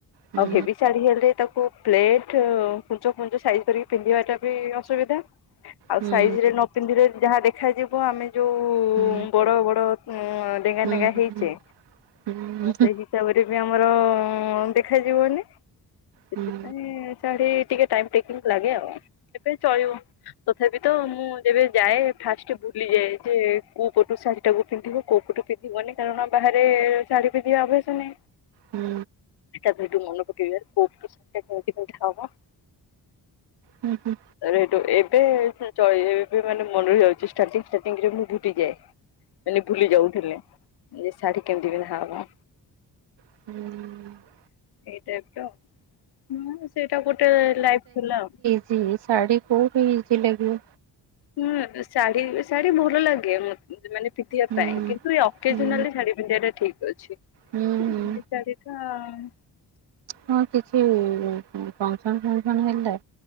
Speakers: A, on the right (about 75°); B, on the left (about 65°).
A: ହୁଁ
B: ଆଉ ହେଭି ଶାଢୀ ହେଲେ ତାକୁ ପ୍ଲେଟ କୁଞ୍ଚ ଫୁଞ୍ଚ ସାଇଜ କରିକି ପିନ୍ଧିବା ଟା ବି ଅସୁବିଧା। ଆଉ
A: ହୁଁ
B: ସାଇଜ ରେ ନ ପିନ୍ଧିଲେ ଯାହା ଦେଖାଯିବ ଆମେ ଯୋଉ
A: ହୁଁ
B: ବଡ ବଡ ଉଁ ଡେଙ୍ଗା
A: ହୁଁ
B: ଡେଙ୍ଗା
A: ହୁଁ
B: ହେଇଚେ
A: ହୁଁ
B: ସେଇ ହିସାବରେ ବି ଆମର ଦେଖାଯିବନି।
A: ଡ୍ରେସ
B: ସେଥିପାଇଁ ଶାଢି ଟିକେ ଟାଇମ୍ ଟେକିଙ୍ଗ୍ର ରସକି ଲାଗେ ଆଉ ଏବେ ଚଳିବ। ତ୍କ ତଥାପି ତ ମୁଁ ଯେବେ ଯାଏ ଫାଷ୍ଟ ଭୁଲିଯାଏ ଯେ କୋଉ ପଟୁ ସାଢୀ ଟାକୁ ପିନ୍ଧିବି କୋଉ ପଟୁ ପି ଯିବନି କାରଣ ବାହାରେ ଶାଢ଼ୀ ପିନ୍ଧିବା ଅଭ୍ୟାସ ନାହିଁ।
A: ହୁଁ
B: ତା'ପରେ ହେଠୁ ମନେ ପକେଇଲି ଆରେ କୋଉଠି <unintelligible> ହବ।
A: ହୁଁ ହୁଁ
B: ଏବେ ଏଠୁ ଏବେ ଚ ଏବେ ମାନେ ମନେରହିଯାଉଛି ଷ୍ଟାଟିଙ୍ଗ ଷ୍ଟାଟିଙ୍ଗରେ ମୁଁ ଭୁଲିଯାଏ। ମାନେ ଭୁଲି ଯାଉଥିଲେ ଶାଢୀ କେମିତି <unintelligible>
A: ହୁଁ
B: ଏଇଟାଇପ ର ହୁଁ ସେଇଟା ଗୋଟେ ଲାଇଫ ଥିଲା ଆଉ
A: ଇଏ ଶାଢ଼ୀ କୋଉଠି ଇଜି ଲାଗିବ।
B: ହୁଁ ଶାଢୀ ଶାଢୀ ଭଲ ଲାଗେ ମୋତ ମାନେ ପିନ୍ଧିବା
A: ହୁଁ
B: ପାଇଁ କିନ୍ତୁ ଏକେଜନାଲି
A: ହୁଁ
B: ଶାଢୀ ପିନ୍ଧିବାଟା ଠିକ୍। ଅଛି।
A: ହୁଁ
B: ଏ
A: ହୁଁ
B: ଶାଢ଼ୀ ଟା ଆମ୍
A: ହଁ କିଛି ଫଙ୍କସନ ଫଙ୍କସନ ହେଲା